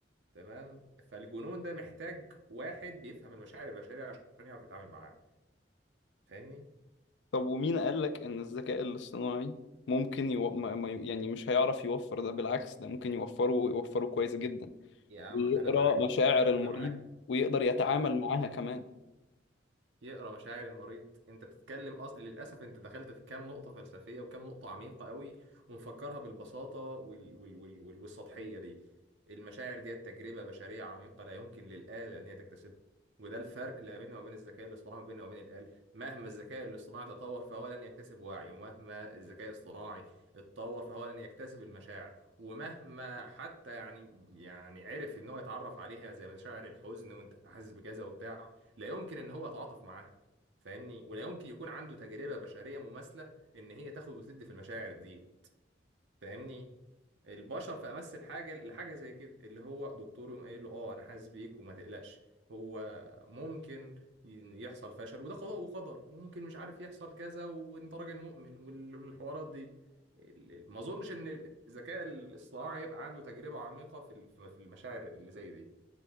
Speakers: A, on the right; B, on the left.
A: تمام فالجنون ده محتاج واحد بيفهم المشاعر البشرية عشان يعرف يتعامل معاه فاهمني
B: طب ومين قالك إن الذكاء الاصطناعي ممكن يو... ما... ما... يو- يعني مش هيعرف يوفر ده بالعكس ده ممكن يوفره ويوفره كويس جدا
A: يا عم
B: ويقرأ
A: انا معاك
B: مشاعر المريض
A: انا معاك
B: ويقدر يتعامل
A: انا
B: معاها كمان
A: يقرا مشاعر المريض انت بتتكلم اصل للاسف انت دخلت في كام نقطه فلسفيه وكام نقطه عميقه قوي ومفكرها بالبساطه وال... وال... وال... وال... والسطحيه دي المشاعر دي تجربه بشريه عميقه لا يمكن للاله ان هي تكتسبها وده الفرق اللي بيننا وبين الذكاء الاصطناعي ما بيننا وبين الآلة مهما الذكاء الاصطناعي تطور فهو لن يكتسب وعي ومهما الذكاء الاصطناعي اتطور فهو لن يكتسب المشاعر ومهما حتى يعني يعني عرف ان هو يتعرف عليها زي مشاعر الحزن وانت حاسس بكذا وبتاع لا يمكن ان هو يتعاطف معاه فاهمني ولا يمكن يكون عنده تجربة بشرية مماثلة ان هي تاخد وتدي في المشاعر دي فاهمني البشر في امس الحاجة لحاجة زي كده اللي هو دكتور يقوم قايل له اه انا حاسس بيك وما تقلقش هو ممكن ي- يحصل فشل وده قضاء وقدر وممكن مش عارف يحصل كذا وانت راجل مؤمن وال- والحوارات دي ال- ال- ما اظنش ان الذكاء الاصطناعي يبقى عنده تجربة عميقة في ال- في المشاعر اللي زي دي